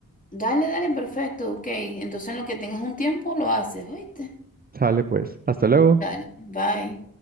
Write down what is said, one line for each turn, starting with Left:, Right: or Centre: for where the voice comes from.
Left: Dale, dale, perfecto, ok. Entonces en lo que tengas un tiempo lo haces, ¿oíste?
Right: Sale pues, hasta luego.
Left: Dale, bye.